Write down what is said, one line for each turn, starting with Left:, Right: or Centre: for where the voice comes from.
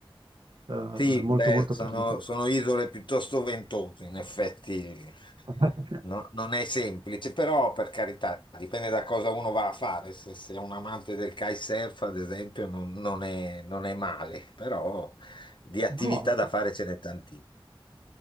Right: eh,
Left: Sì,
Right: molto
Left: beh,
Right: molto
Left: sono,
Right: particolare.
Left: sono isole piuttosto ventose, in effetti
Right: <laughs>
Left: no- non è semplice, però per carità, dipende da cosa uno va a fare. Se sei un amante del kitesurf, ad esempio, non, non è, non è male, però di attività
Right: No,
Left: da fare ce n'è tantissime.